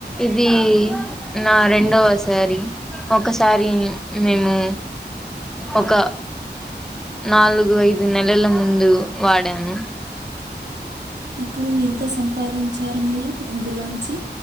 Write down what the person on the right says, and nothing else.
అప్పుడు ఎంత సంపాదించారు మీరు ఇందులోంచి